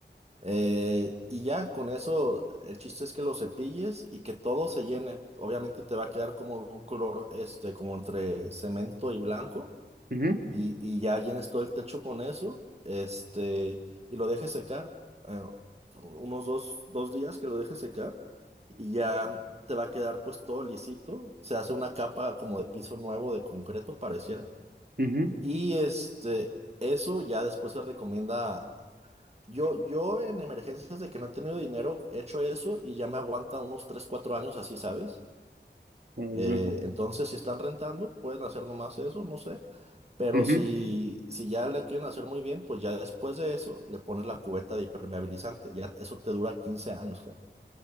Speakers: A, on the right (about 35°); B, on the right (about 55°).
A: eh, y ya con eso, el chiste es que lo cepilles y que todo se llene. Obviamente te va a quedar como un color, este, como entre cemento y blanco,
B: ujú,
A: y, y ya llenes todo el techo con eso, este, y lo dejes secar, eh, unos dos, dos días que lo dejes secar y ya te va a quedar pues todo lisito. Se hace una capa como de piso nuevo de concreto, pareciera.
B: ujú,
A: Y este, eso ya después se recomienda. Yo, yo en emergencias de que no he tenido dinero, he hecho eso y ya me aguanta unos 3 4 años así, ¿sabes?
B: ujú.
A: Eh, entonces, si están rentando, pueden hacer nomás eso, no sé. Pero
B: Ujú,
A: si, si ya le quieren hacer muy bien, pues ya después de eso le pones la cubeta de impermeabilizante. Ya eso te dura 15 años.